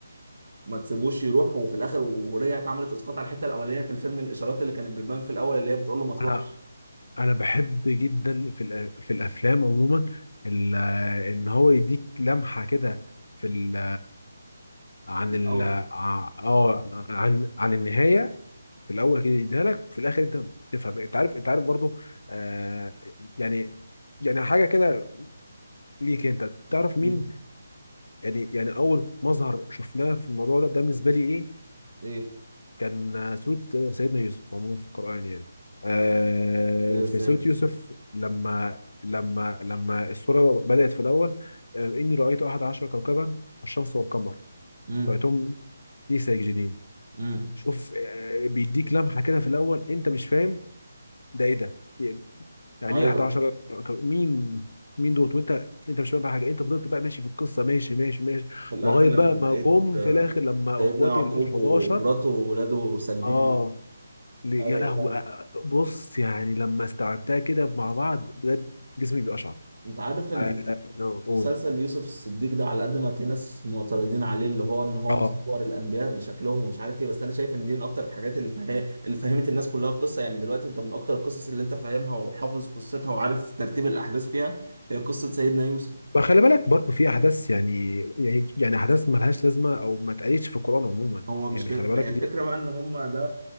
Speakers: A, on the right; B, on the left.
A: ما تسيبوش يروح وفي الاخر ورجعت عملت اسقاط على الحته الاولانيه في الفيلم الاشارات اللي كانت بتبان في الاول اللي هي بتقول له ما تروحش
B: انا انا بحب جدا في الأ- في الافلام عموما ال- ان هو يديك لمحه كده في ال عن
A: في الاول
B: ال ع- اه عن عن النهايه في الاول كده يديها لك وفي الاخر انت تفهم انت عارف انت عارف برضو آه يعني يعني حاجه كده ليك انت تعرف مين
A: مم.
B: يعني يعني اول مظهر شفناه في الموضوع ده ده بالنسبه لي ايه
A: ايه
B: كان سورة سيدنا يوسف عموما في القرآن يعني آه
A: كده
B: في
A: ازاي
B: سورة يوسف لما لما لما السورة بدأت في الأول آه إني رأيت أحد عشر كوكبا الشمس والقمر
A: امم
B: رأيتهم لي ساجدين
A: امم
B: شوف آه بيديك لمحة كده في الأول أنت مش فاهم ده إيه ده يعني
A: ايوه
B: إيه 11 كو- مين مين دوت وأنت أنت مش فاهم بقى حاجة أنت فضلت بقى ماشي في القصة ماشي ماشي ماشي
A: في الاخر
B: لغاية
A: لما
B: بقى
A: لقيت
B: ما جم في الآخر لما
A: سيدنا
B: إخواته
A: يعقوب
B: ال 11
A: ومراته وولاده ساجدين
B: اه
A: ليه
B: ل- يا
A: ايوه
B: لهوي
A: فعلا
B: أ- أ- بص يعني لما استوعبتها كده مع بعض بجد جسمي بيقشعر
A: انت عارف ان
B: ف- آه، قول
A: مسلسل يوسف الصديق ده على قد ما في ناس معترضين عليه اللي هو ان هو
B: اه
A: مصور الانبياء بشكلهم ومش عارف ايه بس انا شايف ان دي من اكتر الحاجات اللي فه... اللي فهمت الناس كلها القصه يعني دلوقتي انت من اكتر القصص اللي انت فاهمها وحافظ قصتها وعارف ترتيب الاحداث فيها هي قصه سيدنا يوسف
B: فخلي بالك برضو في احداث يعني يعني يعني احداث ملهاش لازمه او ما اتقالتش في القران عموما
A: هو مش
B: يعني
A: جا...
B: خلي
A: ما
B: بالك
A: هي الفكره
B: دي
A: بقى ان هم ده